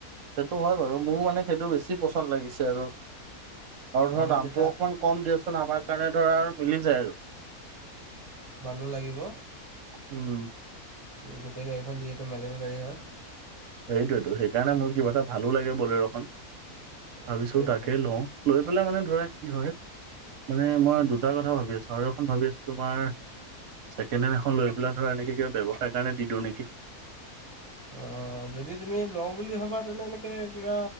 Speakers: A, on the right; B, on the right.
A: সেইটো হয় বাৰু, মোৰ মানে সেইটো বেছি পচন্দ লাগিছে আৰু। আৰু ধৰা
B: আমাৰ
A: দামটো
B: দেউতা
A: অকমান কম দিয়াচোন আমাৰ কাৰণে ধৰা মিলি যায় আৰু।
B: বালো লাগিব।
A: উম,
B: গোটেই গাড়ীখন যিহেতু মেডেল গাড়ী হয়।
A: সেইটোৱেটো সেইকাৰণে মোৰ কিবা এটা ভালো লাগে বলেৰ'খন। ভাবিছো
B: সেইটো এটা
A: তাকে
B: কথা
A: লওঁ। লৈ পেলাই মানে ধৰা কি হয় মানে মই দুটা কথা ভাবি আছো আৰু এখন ভাবি আছো তোমাৰ ছেকেণ্ড হেণ্ড এখন লৈ পেলাই ধৰা এনেকে কিবা ব্যৱসায়ৰ কাৰণে দি দিওঁ নেকি?
B: অ, যদি তুমি লওঁ বুলি ভাবা তেনে এনেকে কিবা